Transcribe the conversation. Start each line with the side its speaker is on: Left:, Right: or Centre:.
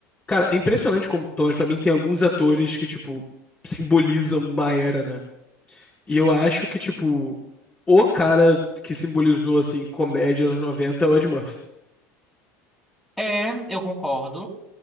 Left: Cara, é impressionante como, pelo menos pra mim, tem alguns atores que, tipo, simbolizam uma era, né? E eu acho que, tipo, o cara que simbolizou, assim, comédia dos anos 90 é o Ed Murphy.
Centre: É, eu concordo.